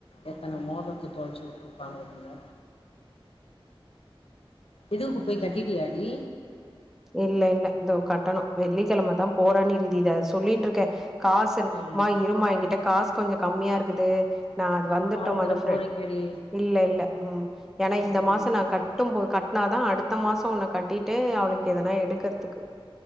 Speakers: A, on the left (about 80°); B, in the centre.
A: எத்தன மோத ரத்த தொலைத்துவிட்டு இருப்பானுங்க இதுங்க எதுக்கு போய் கட்டிடியாடி
B: இல்ல இல்ல இதோ கட்டணு வெள்ளிக்கிழமைதா போறணி இருதி இத சொல்லிட்டு இருக்கே காசு இரு
A: ம்
B: மா இருமா என்கிட்ட காசு கொஞ்சோ கம்மியா இருக்குது நா அது வந்துட்டோ
A: மறந்துட
B: மொதஃப்ர
A: போறீங்கடி
B: இல்ல இல்ல ம் என்னா
A: ம்
B: இந்த மாசோ நா கட்டும் போ கட்டினாதா அடுத்த மாசோ உன்ன கட்டிட்டு அவளுக்கு எதனா எடுக்கறதுக்கு